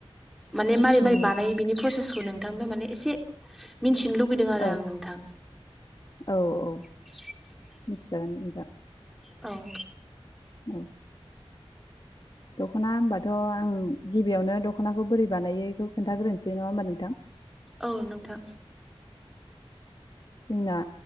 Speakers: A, in the centre; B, on the left.
A: माने मारै
B: उम
A: मारै बानायो बिनि प्रसेसखौ नोंथांबो माने एसे मिथिनो लुगैदों आरो
B: ओ
A: आं नोंथां
B: औ औ
A: <inaudible>
B: मिथिजागोन नोंथां
A: औ
B: औ दख'ना होमबाथ आं गिबियावनो दखनाखौ बोरै बानायोखौ खोनथाग्रोनोसै नङा होमबा नोंथां
A: औ नोंथां
B: जोंना